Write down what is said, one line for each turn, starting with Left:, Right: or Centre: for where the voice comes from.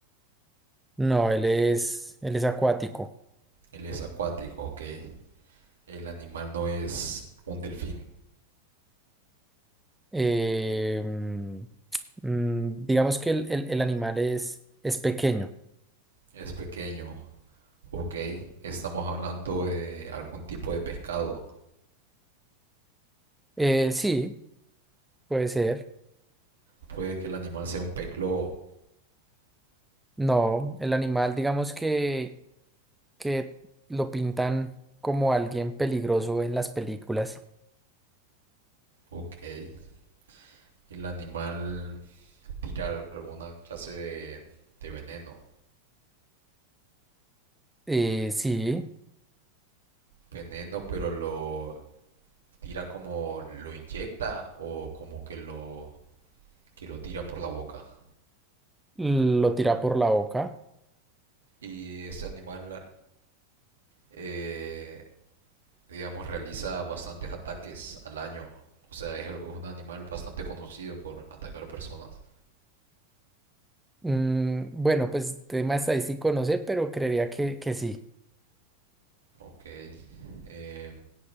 Centre: No, él es, él es acuático.
Right: él es acuático, ok. El animal no es un delfín,
Centre: Eh, mm, mm, digamos que el, el- el animal es, es pequeño.
Right: es pequeño, ok. Estamos hablando de algún tipo de pescado.
Centre: Eh, sí, puede ser.
Right: Puede que el animal sea un pez globo,
Centre: No, el animal, digamos que, que lo pintan como alguien peligroso en las películas.
Right: ok. El animal tirar alguna clase de, de veneno.
Centre: Eh, sí,
Right: Veneno, pero lo tira como lo inyecta o como que lo que lo tira por la boca.
Centre: lo tira por la boca.
Right: Y este animal eh, digamos realiza bastantes ataques al año. O sea, es un animal bastante conocido por atacar personas.
Centre: Mm, bueno, pues tema estadístico no sé, pero creería que, que sí.
Right: Ok. Eh,